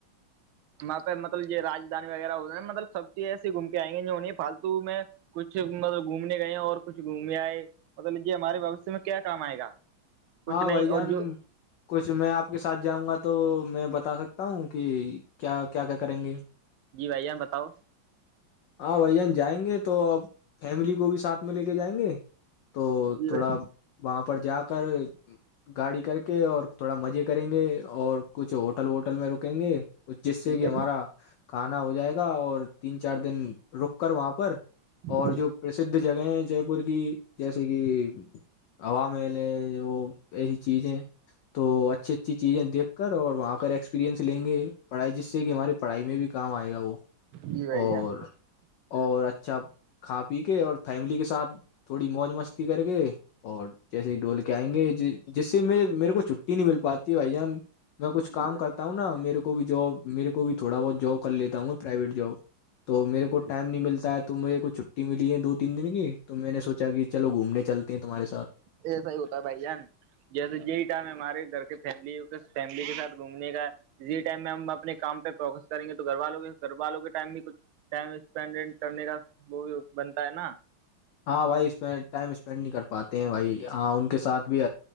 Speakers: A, on the right (about 80°); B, on the left (about 65°).
A: وہاں پہ مطلب رادھانی وغیرہ ہو ہےا مطلبیز ایسی گھوم کے آئیں گے جو انہیں فالتو میں کچھ مطلب گھومنے گئے اور کچھ گھومنے آئے بتا لیجیے ہمارے بھشیہ میں کیا کام آئے گا کچھ
B: ہاں
A: نہیں
B: بھائی جان
A: اور جو
B: کچھ میں آپ کے ساتھ جاؤں گا تو میں بتا سکتا بتا ہوں کہ کیا کیا کیا کریں گے
A: جی بھائییا بتاؤ
B: ہاں بھائیان جائیں گے تو آب فیملی کو بھی ساتھ میں لے کے جائیں گے تو
A: جی
B: تھوڑا
A: بھائی
B: وہاں پر جا کر گاڑی کر کے اور تھوڑا مزے کریں گے اور کچھ ہوٹل ووٹل میں رکیں گے اس جس سے
A: جی
B: کہ
A: بھائی
B: ہمارا کھانا ہو جائے گا اور تین چار دن رک کر وہاں پر
A: جی
B: اور جو پرسدھ جگہ ہیں جے پور کی جیسے کہ ہوا محل ہے وہ ایی چیز ہے تو اچھی اچھی چیزیں دیکھ کر اور وہاں کر ایکسپیریئنس لیں گے پڑھائی جس سے کہ ہمارے پڑھائی میں بھی کام آئے گا وہ
A: جی بھائی
B: اور
A: جان
B: اور اچھا کھا پی کے اور فیملی کے ساتھ تھوڑی موج مستی کر کےے اور جیسے ہی ڈول کے آئیں گے ج جس سے میں میرے کو چھٹی نہیں مل پاتی ہے بھائی جان میں کچھ کام
A: جی
B: کرتا ہوں نا میرے کو بھی جاب میرے کو بھی تھوڑا بہت جاب کر لیتا ہوں میں پرائیویٹ جاب
A: بھائی
B: تو میرے
A: جی
B: کو
A: بھائی
B: ٹائم نہیں ملتا ہے تو میرے کو چھٹی ملی ہے دو تین دن کی تو میں نے سوچا کہ چلو گھومنے چلتے تمہارے ساتھ
A: یہ سح ہی ہوتا بھائی جان جیسے یہی ٹائم ہے ہمارے گھر کے فیملی فیملی کے ساتھ گھومنے کا اسی ٹائم میں ہم اپنے کام پہ فوکس کریں گے تو گھر والوں کے گھر والوں کے ٹائم بھی کچھ ٹائم اسپینڈ اڈ کرنے کا وہ بھی بنتا ہے نا
B: ہاں بھائی ٹائم اسپینڈ نہیں کر پاتے ہیں بھائی ہاں ان کے ساتھ بھی